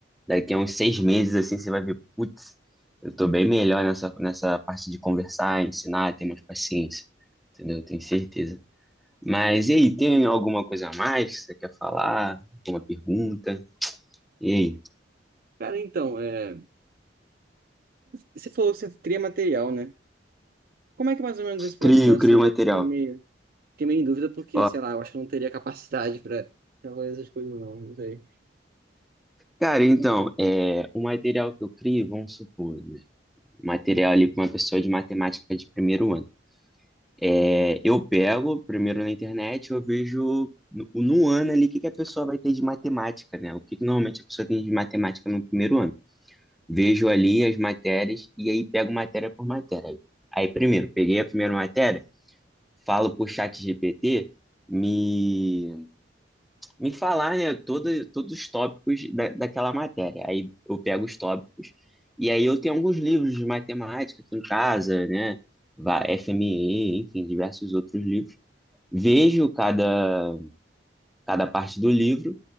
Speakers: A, in the centre; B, on the right.
A: Daqui a uns seis meses, assim, você vai ver, putz, eu tô bem melhor nessa, nessa parte de conversar, ensinar, ter mais paciência. Entendeu? Eu Tenho certeza. Mas e aí, tem alguma coisa a mais que você quer falar? Alguma pergunta? E aí?
B: Cara, então, é, você falou que você cria material, né? Como é que é mais ou menos esse processo
A: Crio, crio
B: aí?
A: material.
B: Eu Fiquei meio, fiquei meio em dúvida porque,
A: Ó,
B: sei lá, eu acho que eu não teria capacidade para fazer essas coisas, não, não sei.
A: cara, então, é, o material que eu crio, vamos supor, né? Material ali para uma pessoa de matemática de primeiro ano. É, eu pego primeiro na internet, eu vejo no, no ano ali o que, que a pessoa vai ter de matemática, né? O que, que normalmente a pessoa tem de matemática no primeiro ano. Vejo ali as matérias e aí pego matéria por matéria. Aí primeiro, peguei a primeira matéria, falo pro chat GPT me, me falar, né, todo, todos os tópicos da, daquela matéria. Aí eu pego os tópicos e aí eu tenho alguns livros de matemática aqui em casa, né? va- FME, enfim, diversos outros livros vejo cada, cada parte do livro,